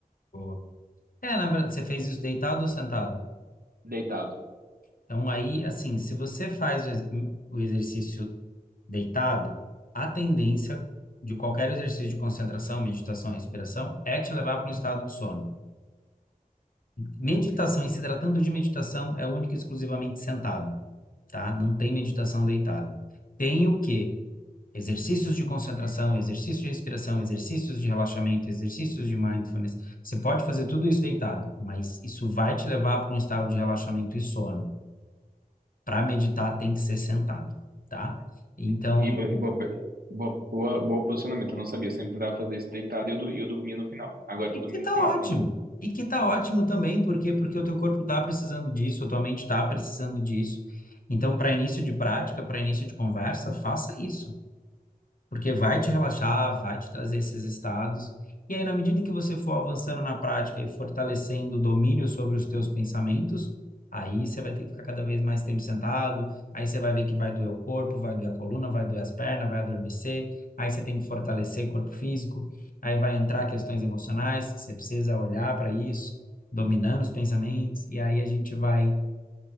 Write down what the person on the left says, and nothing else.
Boa. É, na verdade, você fez isso deitado ou sentado?
Então, aí, assim, se você faz o ex- o exercício deitado, a tendência de qualquer exercício de concentração, meditação, respiração, é te levar para um estado de sono. Meditação,
e se tratando de meditação, é única e exclusivamente sentado, tá? Não tem meditação deitado. Tem o quê? Exercícios de concentração, exercícios de respiração, exercícios de relaxamento, exercícios de mindfulness. Você pode fazer tudo isso deitado, mas isso vai te levar para um estado de relaxamento e sono. Para meditar, tem que ser sentado, tá? Então,
E
que tá
ótimo.
E que tá ótimo também, porque porque o teu corpo tá precisando disso, a tua mente tá precisando disso. Então, para início de prática, para início de conversa, faça isso porque vai te relaxar, vai te trazer esses estados. E aí, na medida em que você for avançando na prática e fortalecendo o domínio sobre os teus pensamentos, aí você vai ter que ficar cada vez mais tempo sentado, aí você vai ver que vai doer o corpo, vai doer a coluna, vai doer as pernas, vai adormecer, aí você tem que fortalecer corpo físico, aí vai entrar questões emocionais, você precisa olhar para isso, dominando os pensamentos, e aí a gente vai